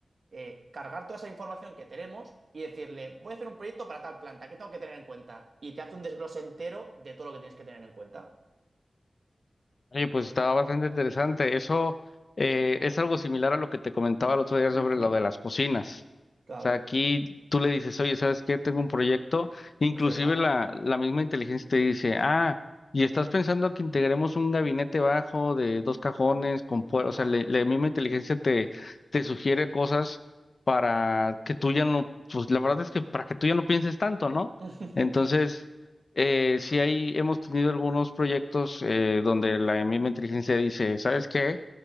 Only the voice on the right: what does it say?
eh, cargar toda esa información que tenemos y decirle, voy a hacer un proyecto para tal planta, ¿qué tengo que tener en cuenta? Y te hace un desglose entero de todo lo que tienes que tener en cuenta.
Ujú,
Claro,
es verdad.
Ajá.
<laughs>